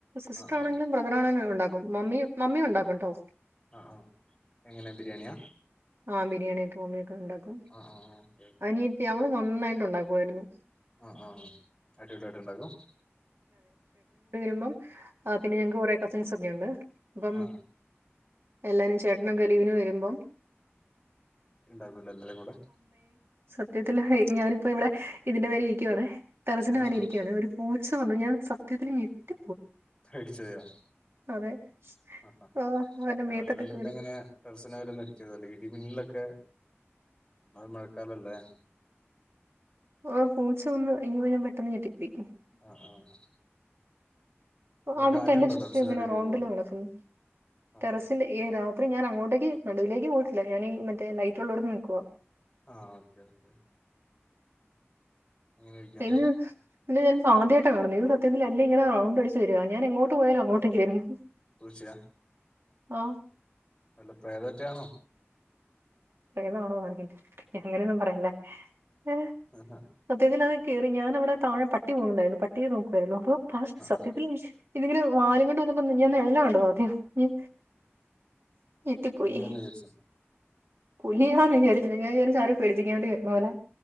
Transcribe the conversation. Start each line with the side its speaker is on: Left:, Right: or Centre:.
Right: സിസ്റ്റർ
Left: ആ ആ
Right: ആണേങ്കിലും ബ്രദറാണേലും ണ്ടാക്കും മമ്മി മമ്മിയും ഉണ്ടാക്കുട്ടോ
Left: ആഹ് ആഹ് എങ്ങനെ ബിരിയാണിയാ
Right: ആഹ് ബിരിയാണിക്കെ മമ്മി യൊക്കെ ഉണ്ടാക്കും
Left: ആ ആ ഓക്കെ ഓക്കെ
Right: അനിയത്തി അവമ്മള് നന്നായി ഫുഡ് <unintelligible> പോയിരുന്നു
Left: ആഹ് ആഹ് അടിപൊളിയായിട്ടുണ്ടാക്കും
Right: ലോ ആ പിന്നെ ഞങ്ങക്ക് കുറെേ കസിൻസ് ഒക്കെണ്ട് അപ്പം
Left: ആ
Right: എല്ലാരും ചേട്ടന കലിവിനു വരുമ്പം
Left: ഉണ്ടാക്കൂല എല്ലരും കൂടെ
Right: സത്യത്തിൽ ഹയ് ഞാനിപ്പോ ഇവിടെ ഇതിന്റെ മേരി ഇരിക്കുവാണെ ടെറസിൻ്റെ
Left: ആഹ്
Right: മേലെ
Left: ആഹ്
Right: ഇരിക്കുകയാണ് ഒരു <unintelligible> <unintelligible> ഞാൻ സത്യത്തില് ഞെട്ടി
Left: പേടിച്ചോയോ
Right: അതെ
Left: ഹ ഹ
Right: ആ അവന്റെ
Left: രത്രിയൊന്നും
Right: മേത്തൊക്കെ കേറി
Left: ടെറസിൻ്റെ മേലെ ഇരിക്കരുത് ഇടിമിന്നിലൊക്കെ അ മഴക്കാലല്ലേ
Right: ആ പൂച്ച വന്ന് ഇങ്ങ <unintelligible> പെട്ടെന്ന് ഞെട്ടിപ്പോയി
Left: ആഹ് ആഹ്
Right: രാവിലെ
Left: അങ്ങനെ കാറ്റുണ്ടോ
Right: തന്നെ ചുറ്റു
Left: ടെറസിന്റെ
Right: ഇങ്ങനെ
Left: മേലേക്ക്
Right: റൗണ്ടില്
Left: ഇരിക്കുമ്പോ
Right: നടക്കുന്നു
Left: ആഹ്
Right: ടെറസി <unintelligible> അത്ര ഞാൻങ്ങോട്ടേക്ക് നടുവിലേക്ക് പോയിട്ടില്ല ഞാനീ മറ്റ ലൈറ്റ് ഉള്ളടുന്ന് നിക്കുവാ
Left: ആഹ് ഓക്കെ ഓക്കെ അങ്ങനെ ഇരിക്കാണ്
Right: <unintelligible> ഇത് ഞാൻ ആദ്യായിട്ട് കാണണേ അല്ല ഇങ്ങന റൗണ്ട് അടിച്ച് വരുവ ഞാൻ എങ്ങോട്ട് പോയൽ അങ്ങോട്ട് ചേരുന്നു
Left: പൂച്ചയാ
Right: ആഹ്
Left: അല്ല പ്രേതറ്റാണോ
Right: പ്രേതാണോന്ന് അങ്ങനെയൊന്നും പറയല്ല ഏ
Left: ആഹ്
Right: സത്യത്തിൽ അത് കേറി ഞാനവിടെ താഴെ പ ട്ടി പോവുന്നുണ്ടായിരുന്നു പട്ടിയേ നോക്കുവായിരുന്നോ ഒ ഫാസ്റ്റ് സത്യത്തിൽ
Left: ആഹ്
Right: നി ഇതിങ്ങനെ വാലും കൊണ്ടുവന്നപ്പോ ഞാൻ നിഴലാ കണ്ടത് ആദ്യം ഇ എത്തിപ്പോയി
Left: പുലിയാന്ന് വിചാരിച്ചോ
Right: പുലിയാന്ന് വിചാരിച്ചില്ല ഞാൻ വിചാരിച്ചു ആരോ പേടിപ്പിക്കാൻ വേണ്ടി വരുന്നതുപോലെ